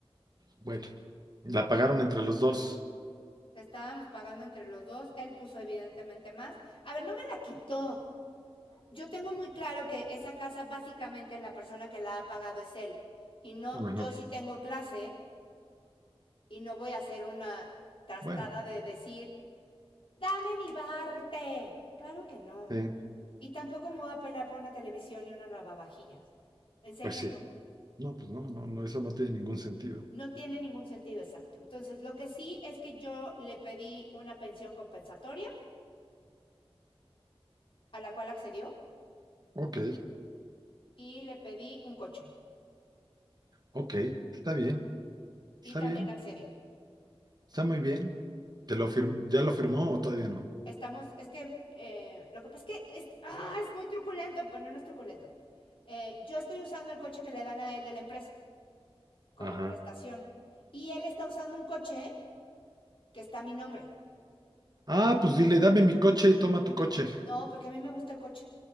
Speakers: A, on the right; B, on the left.
A: Bueno, la pagaron entre los dos.
B: La estábamos pagando entre los dos. Él puso evidentemente más. A ver, no me la quitó. yo tengo muy claro que esa casa básicamente la persona que la ha pagado es él. Y no,
A: Ujú.
B: yo sí tengo clase y no voy a hacer una trastada
A: Bueno,
B: de decir, dame mi parte. Claro que no.
A: eh,
B: Y tampoco me voy a pelear por una televisión y una lavavajillas. En serio,
A: pues sí.
B: no.
A: No, pues no, no, no, eso no tiene ningún sentido.
B: No tiene ningún sentido exacto. Entonces, lo que sí es que yo le pedí una pensión compensatoria, a la cual accedió,
A: Ok,
B: y le pedí un coche,
A: ok, está bien, está
B: y también
A: bien.
B: accedió.
A: Está muy bien. ¿Te lo fir- ¿Ya lo firmó o todavía no?
B: Estamos, es que eh, lo que pasa es que es, ¡ah! es muy truculento, bueno, no es truculento. Eh, yo estoy usando el coche que le dan a él de la empresa como
A: Ajá.
B: prestación y él está usando un coche que está a mi nombre.
A: Ah, pues dile, dame mi coche y toma tu coche.
B: No, porque a mí me gusta el coche